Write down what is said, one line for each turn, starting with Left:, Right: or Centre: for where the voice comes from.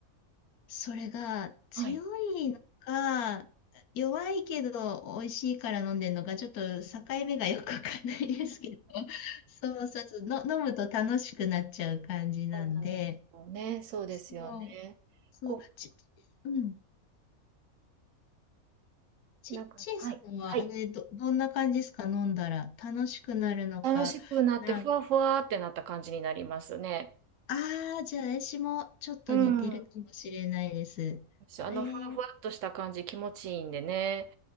Left: それが強いのか、
Right: はい。
Left: 弱いけど美味しいから飲んでるのか、ちょっと境目がよくわかんないですけど、<laughs> そうそうそう、の、飲むと楽しくなっちゃう感じなんで、
Right: そうなんですよね。そうですよね。
Left: そう、そう、
Right: こう
Left: ち、うん、ち、
Right: なんか、
Left: ちいさんはあれ、
Right: はい。はい。
Left: ど、どんな感じですか、飲んだら。楽しくなるのか、
Right: 楽しくなって、
Left: なん
Right: ふわふわってなった感じになりますね。
Left: ああ、じゃあ私もちょっと似てるかもしれないです。
Right: うん。
Left: えー、
Right: あの、ふわふわっとした感じ気持ちいいんでね。